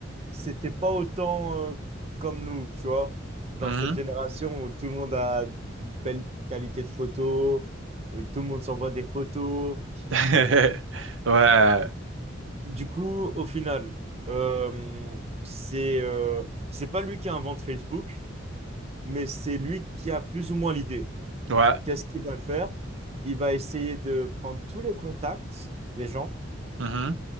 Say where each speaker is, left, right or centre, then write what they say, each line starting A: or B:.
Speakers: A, on the right; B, on the right.
A: c'était pas autant euh, comme nous, tu vois, dans
B: Mhm.
A: cette génération où tout le monde a une belle qualité de photo, où tout le monde s'envoie des photos.
B: <laughs>
A: Bref.
B: Ouais.
A: Du coup, au final, euh, c'est euh, c'est pas lui qui invente Facebook, mais c'est lui qui a plus ou moins l'idée.
B: Ouais.
A: Qu'est-ce qu'il va faire? Il va essayer de prendre tous les contacts des gens
B: Mhm.